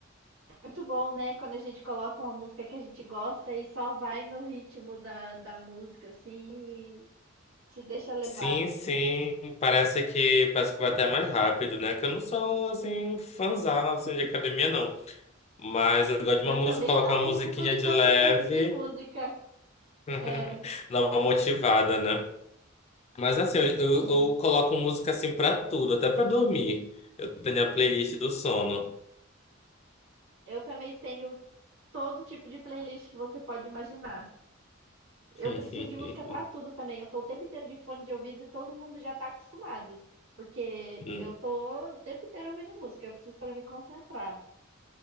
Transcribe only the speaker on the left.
Sim, sim. Parece que parece que vai até mais rápido, né? Que eu não sou assim fãzão assim, de academia, não. Mas eu gosto de
uma música,
colocar
uma musiquinha
de leve,
<laughs>
dar uma motivada, né? Mas assim, eu, eu,
eu coloco música assim pra tudo, até pra dormir. Eu tenho a playlist do sono.
<laughs>
Hum,